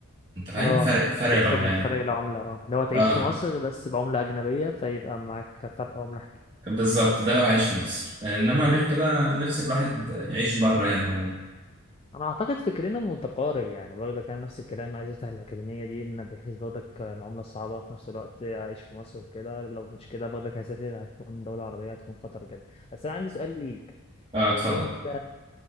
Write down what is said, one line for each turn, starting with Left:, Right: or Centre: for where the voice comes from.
Right: انت فاهم
Left: اه
Right: فرق فرق
Left: تكسب
Right: العمله
Left: من
Right: يعني
Left: فرق العملة اه اللي هو تعيش
Right: اه
Left: في مصر بس بعملة أجنبية فيبقى معاك فرق عملة حلو
Right: بالظبط ده لو عايش في مصر انما غير كده نفسي الواحد يعيش بره يعني عموما
Left: أنا أعتقد فكرنا متقارب يعني برضك أنا نفس الكلام عايز أفتح الأكاديمية دي إن بحيث برضك العملة الصعبة في نفس الوقت أعيش في مصر كده لو مش كده برضك هسافر هتكون دولة عربية هتكون قطر كده بس أنا عندي سؤال ليك
Right: اه اتفضل
Left: انت